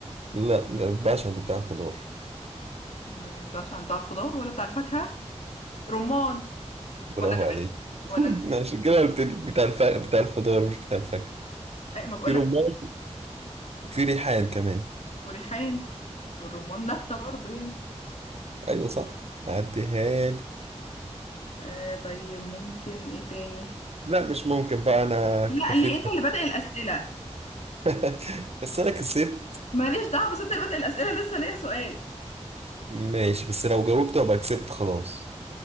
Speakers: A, on the right; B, on the left.
A: لا ما ينفعش عند بتاع الخضار
B: آه، مبقاش عن بتاع الخضار ولا بتاع الفاكهة رمان ولا
A: برافو عليك
B: نبات ولا
A: <laughs>
B: نبات.
A: عشان كده قلت لك بتاع الف... بتاع الخضار مش بتاع الفاكهة
B: أي، ما بقولك
A: في رمان وفي ريحان كمان
B: وريحان والرمان نبتة برضو يعني
A: ايوه صح عديها
B: آه طيب ممكن ايه تاني
A: لا مش ممكن بقى انا اكتفيت
B: لا ليه انت اللي بادئ الأسئلة
A: <laughs> بس انا كسبت
B: ماليش دعوة بس انت اللي بادئ الأسئلة لسه ليا سؤال
A: ماشي بس لو جاوبت ابقى كسبت خلاص